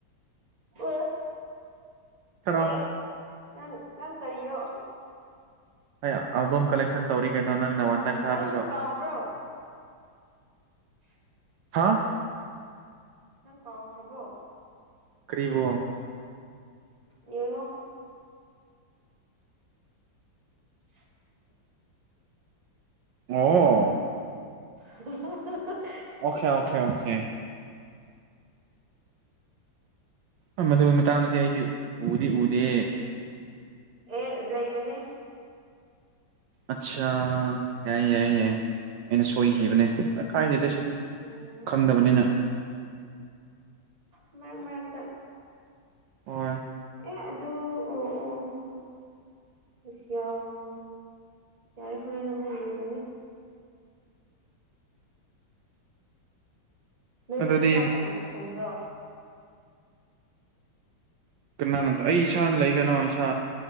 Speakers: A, on the right; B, on the right.
A: ꯑꯦ
B: ꯊꯥꯔꯛꯑꯣ
A: ꯑꯦ ꯅꯪ ꯅꯪ ꯀꯔꯤꯔꯣ
B: ꯑꯩ ꯑꯦꯜꯕꯝ ꯀꯂꯦꯛꯁꯟ ꯇꯧꯔꯤ ꯀꯩꯅꯣ ꯅꯪꯅ ꯋꯥꯟ ꯇꯥꯏꯝ ꯊꯥꯔꯁꯨ
A: ꯅꯪ ꯀꯥꯎꯕ꯭ꯔꯣ <unintelligible>
B: ꯍꯥꯥ
A: ꯅꯪ ꯀꯥꯎꯈ꯭ꯔꯕꯣ
B: ꯀ꯭ꯔꯤꯕꯣ
A: ꯌꯦꯡꯉꯣ <unintelligible>
B: ꯑꯦ
A: <unintelligible>
B: ꯑꯣꯀꯦ ꯑꯣꯀꯦ ꯑꯣꯀꯦ ꯑ ꯃꯗꯨꯒꯤ ꯃꯇꯥꯡꯗꯗꯤ ꯑꯩꯗꯤ ꯎꯗꯤ ꯎꯗꯦ
A: ꯑꯦ ꯂꯩꯕꯅꯦ
B: ꯑꯠꯁꯥ ꯌꯥꯏ ꯌꯥꯏ ꯌꯥꯏ ꯑꯩꯅ ꯁꯣꯏꯈꯤꯕꯅꯦ ꯀꯥꯏꯗꯦꯗ ꯁꯤꯗꯤ
A: ꯎꯝ
B: ꯈꯪꯗꯕꯅꯤꯅ
A: ꯃꯔꯛ ꯃꯔꯛꯇ
B: ꯍꯣꯏ
A: ꯑꯦ ꯑꯗꯨ ꯑꯣ ꯑꯣ ꯑꯁ ꯌꯥꯎ ꯌꯥꯔꯦ ꯍꯨꯔꯦꯟ ꯃꯨꯛ ꯌꯦꯡꯍꯟꯂꯅꯤ ꯅꯣꯏꯗꯤ
B: ꯑꯗꯨꯗꯤ
A: ꯆꯥꯛ ꯀꯅꯥꯅ ꯊꯣꯡꯕ꯭ꯔꯣ
B: ꯀꯅꯥꯅꯣꯗꯣ ꯑꯩ ꯏꯁꯥꯅ ꯂꯩ ꯀꯅꯣ ꯏꯁꯥ